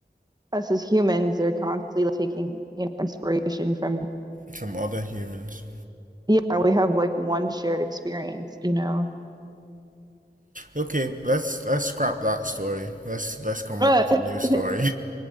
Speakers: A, on the right; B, on the right.
A: us as humans are constantly like taking, you know, inspiration from
B: from other humans.
A: yeah, we have like one shared experience, you know.
B: Okay, let's let's scrap that story. Let's let's come
A: <laughs>
B: up with a new story.